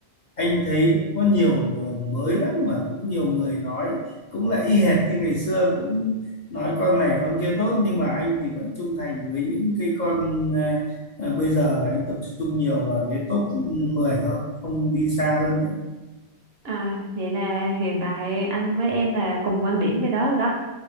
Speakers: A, on the left; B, on the right.
A: anh thấy cũng có nhiều đồng mới lắm mà cũng nhiều người nói cũng lại y hệt như ngày xưa cũng nói con này con kia tốt nhưng mà anh thì vẫn trung thành với những cái con à, à, bây giờ là anh tập trung nhiều vào cái top mười thôi không đi xa hơn nữa
B: À, vậy là hiện tại anh với em là cùng quan điểm với đó rồi đó,